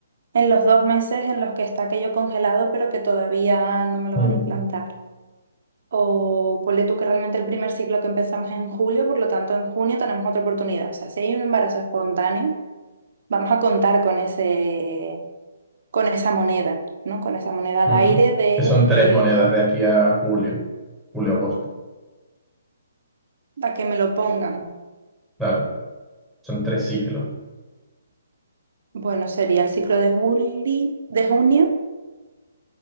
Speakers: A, on the right (about 60°); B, in the centre.
A: en los dos meses en los que está aquello congelado, pero que todavía no me lo
B: Mm,
A: van a implantar. O ponle tú que realmente el primer ciclo que empezamos es en julio, por lo tanto en junio tenemos otra oportunidad. O sea, si hay un embarazo espontáneo, vamos a contar con ese, con esa moneda, ¿no? Con esa moneda al
B: ujú.
A: aire de,
B: Que son tres monedas
A: eh, pues,
B: de aquí a julio, julio-agosto.
A: a que me lo pongan.
B: Claro, son tres ciclos.
A: Bueno, sería el ciclo de juli, de junio